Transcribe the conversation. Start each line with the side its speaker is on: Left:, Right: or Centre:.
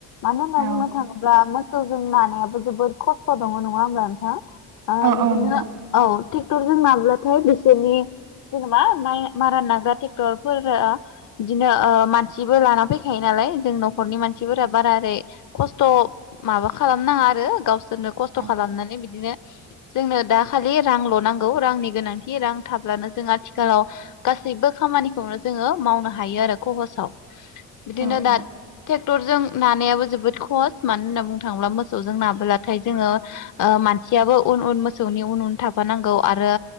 Left: मानो होनना
Right: औ
Left: बुंनो थाङोब्ला मोसौजों ना आबो जोबोर खस्थ' दङ' नङा होनबा नोंथां ओ
Right: औ
Left: बिदिनो
Right: औ नोंथां
Left: औ थिकटरजों नाब्ला थय बिसोरनि जेनेबा मा‌-मारा नाग्रा ट्रेक्टरफोरा बिदिनो मानसिबो लाना फैखायो नालाय जों न'खरनि मानसिफोरा बारा ओरै खस्थ' माबा खालामनाङा आरो गावस सोरनो खस्थ'
Right: औ
Left: खालामनानै बिदिनो जोंनो दा खालि रांल' नांगौ रांनि गोनां थि रां थाब्लानो जों आथिखालाव गासैबो खामानिखौनो जोङो मावनो हायो आरो खहसाव बिदिनो
Right: औ
Left: दा
Right: औ
Left: ट्रेक्टरजों नानायाबो जोबोद खहस मानो होनना बुंनो थाङोब्ला मोसौजों नाबोलाथाय जोङो मानसियाबो उन उन मोसौनि उन उन थाफानांगौ आरो